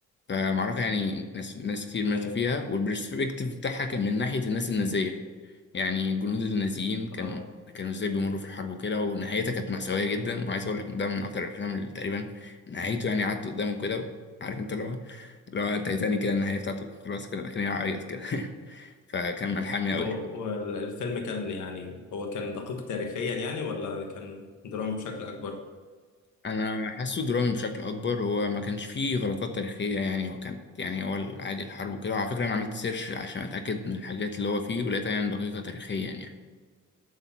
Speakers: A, on the left; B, on the left.
A: فمعركه يعني ناس ناس كتير ماتوا
B: ايوه
A: فيها والبرسبكتيف بتاعها كان من ناحيه الناس النازيه يعني جنود النازيين كان
B: اه
A: كانوا ازاي بيمروا في الحرب وكده ونهايتها كانت مأساوية جدا وعايز اقول لك ان ده من اكتر الافلام اللي تقريبا نهايته يعني قعدت قدامه كده عارف انت اللي هو اللي هو تايتانيك كده النهاية بتاعته خلاص كده لكن هعيط كده <laughs> فكان ملحمي
B: طب
A: قوي
B: والفيلم كان يعني هو كان دقيق تاريخيا يعني ولا كان درامي بشكل اكبر
A: انا حاسه درامي بشكل اكبر هو ما كانش فيه غلطات تاريخيه يعني هو كانت يعني هو عادي الحرب وكده وعلى فكره انا عملت سيرش عشان اتاكد من الحاجات اللي هو فيه ولقيتها يعني دقيقه تاريخيا يعني